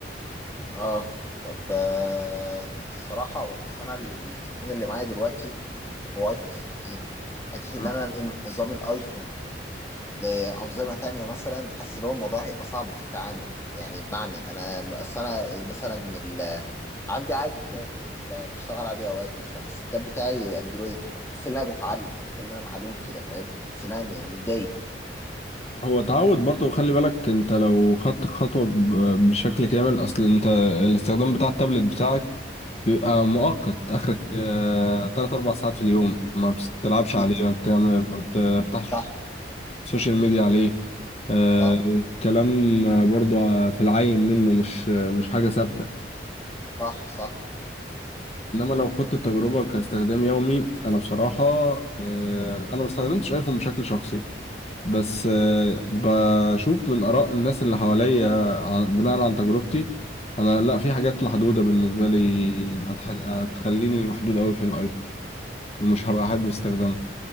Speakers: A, on the left (about 15°); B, on the left (about 35°).
A: أه طب آه الصراحة أصل أنا ال- التليفون اللي معايا دلوقتي هو أيفون 13 حته ان
B: آه.
A: انا انقل من نظام الايفون لأنظمة تانية مثلا حاسس إن هو الموضوع هيبقى صعب في التعامل يعني بمعنى أنا أصل أنا مثلا ال... عندي عادي تاب ب- بشتغل عليه أوقات مثلا بس التاب بتاعي أندرويد فبحس إن أنا بتعلق بحس إن أنا معلول كده فاهم بحس إن أنا م- متضايق
B: هو تعود برضه خلي بالك انت لو خدت خطوة ب- بشكل كامل اصل انت الاستخدام بتاع التابلت بتاعك بيبقى مؤقت اخرك آه، تلات اربع ساعات في اليوم ما بتلعبش عليه
A: أكيد.
B: ما بتعمل- ما بتفتحش
A: صح
B: سوشيال ميديا عليه آه،
A: صح
B: الكلام برضه في العين منه مش مش حاجة ثابتة
A: صح صح
B: انما لو خدت التجربه كاستخدام يومي انا بصراحه آه، انا ما استخدمتش ايفون بشكل شخصي بس آه، بشوف من اراء الناس اللي حواليا عن- بناء عن تجربتي انا لا في حاجات محدوده بالنسبه لي هتح... هتخليني محدود قوي في الايفون ومش هبقى احب استخدامه